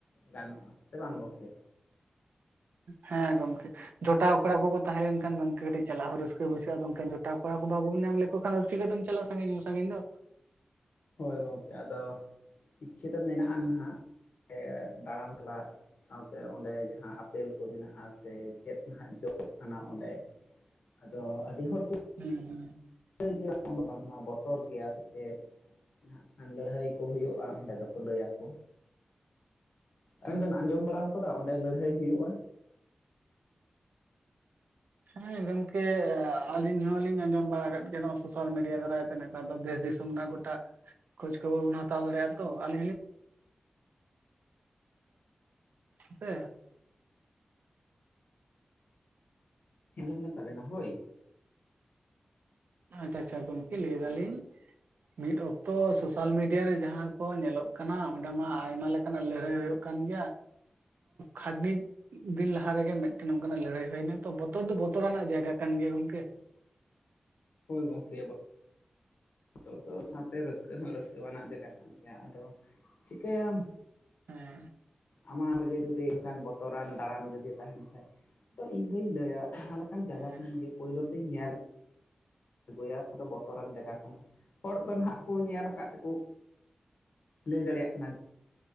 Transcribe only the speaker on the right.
ᱦᱮᱸ ᱜᱚᱝᱠᱮ ᱡᱚᱴᱟᱣ ᱠᱚᱲᱟ ᱠᱚᱠᱚ ᱛᱟᱦᱮᱸ ᱞᱮᱱᱠᱷᱟᱱ ᱜᱚᱝᱠᱮ ᱠᱟᱹᱴᱤᱡ ᱪᱟᱞᱟᱜ ᱦᱚᱸ ᱨᱟᱹᱥᱠᱟᱹ ᱵᱩᱡᱷᱟᱹᱜᱼᱟ ᱟᱫᱚᱟᱱ ᱡᱚᱴᱟᱣ ᱠᱚᱲᱟ ᱠᱚ ᱵᱟᱵᱚᱱ ᱧᱟᱢ ᱞᱮᱠᱚ ᱠᱷᱟᱱ ᱪᱷᱤᱠᱟᱹᱛᱮᱢ ᱪᱟᱞᱟᱜ-ᱟ ᱥᱟᱺᱜᱤᱧ ᱦᱚᱸ ᱥᱟᱺᱜᱤᱧ ᱫᱚ
ᱦᱩᱸ ᱦᱩᱸ
ᱦᱮᱸ ᱜᱚᱝᱠᱮ ᱟᱞᱤᱧ ᱦᱚᱞᱤᱧ ᱟᱸᱡᱚᱢ ᱵᱟᱲᱟ ᱟᱠᱟᱫ ᱜᱮᱭᱟ ᱱᱚᱣᱟᱜ ᱥᱳᱥᱟᱞ ᱢᱤᱰᱤᱭᱟ ᱠᱚᱨᱮᱫ ᱱᱮᱛᱟᱨ ᱫᱚ ᱫᱮᱥ ᱫᱤᱥᱚᱢ ᱨᱮᱱᱟᱜ ᱜᱚᱴᱟ ᱠᱷᱳᱡᱽ ᱠᱷᱚᱵᱚᱨ ᱵᱚᱱ ᱦᱟᱛᱟᱣ ᱫᱟᱲᱮᱭᱟᱜᱼᱟ ᱛᱚ, ᱟᱹᱞᱤᱧ ᱦᱚᱞᱤᱧ ᱦᱮᱸ ᱥᱮ
ᱟᱪᱪᱷᱟ ᱟᱪᱪᱷᱟ ᱜᱚᱝᱠᱮ ᱞᱟᱹᱭ ᱫᱟᱞᱤᱧ ᱢᱤᱫ ᱚᱠᱛᱚ ᱥᱳᱥᱟᱞ ᱢᱤᱰᱤᱭᱟ ᱨᱮ ᱡᱟᱦᱟᱸ ᱠᱚ ᱧᱮᱞᱚᱜ ᱠᱟᱱᱟ ᱚᱸᱰᱮ ᱢᱟ ᱟᱭᱢᱟ ᱞᱮᱠᱟᱱᱟᱜ ᱞᱟᱹᱲᱦᱟᱹᱭ ᱦᱩᱭᱩᱜ ᱠᱟᱱ ᱜᱮᱭᱟ ᱠᱷᱟᱫᱽᱱᱤ ᱫᱤᱱ ᱞᱟᱦᱟ ᱨᱮᱜᱮ ᱢᱤᱫᱴᱮᱱ ᱱᱚᱝᱠᱟᱱᱟᱜ ᱞᱟᱹᱲᱦᱟᱹᱭ ᱦᱩᱭᱱᱟ ᱛᱚ ᱵᱚᱛᱚᱨ ᱫᱚ ᱵᱚᱛᱚᱨᱟᱱᱟᱜ ᱡᱟᱭᱜᱟ ᱠᱟᱱ ᱜᱮᱭᱟ ᱜᱚᱝᱠᱮ᱾
ᱦᱮᱸ
ᱦᱮᱸ